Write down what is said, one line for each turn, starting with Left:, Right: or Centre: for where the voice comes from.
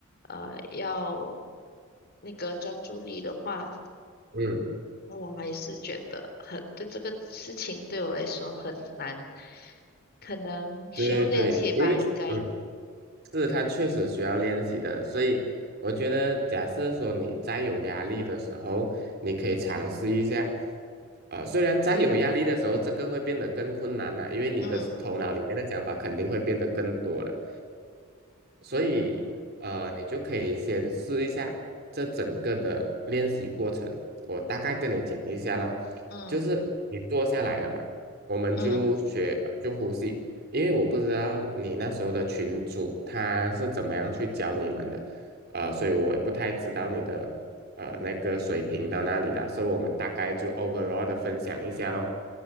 Left: 呃要那个专注力的话，
Right: 嗯。
Left: 我还是觉得很，对这个事情对我来说很难，可能需要练习吧，
Right: 对对对，因为嗯，
Left: 应该，
Right: 是他确实需要练习的，所以我觉得，假设说你再有压力的时候，你可以尝试一下。呃，虽然再有压力的时候，这个会变得更困难了，因为你的头脑里面的想法肯定会变得更多了。
Left: 嗯。
Right: 所以呃，
Left: 嗯
Right: 你就可以先试一下这整个的练习过程。我大概跟你讲一下啦，
Left: 嗯
Right: 就是你坐下来了嘛，我们就学呃就呼吸，
Left: 嗯
Right: 因为我不知道你那时候的群主他是怎么样去教你们的，呃，所以我也不太知道你的呃那个水平到哪里啦，所以我们大概就 overall 的分享一下咯。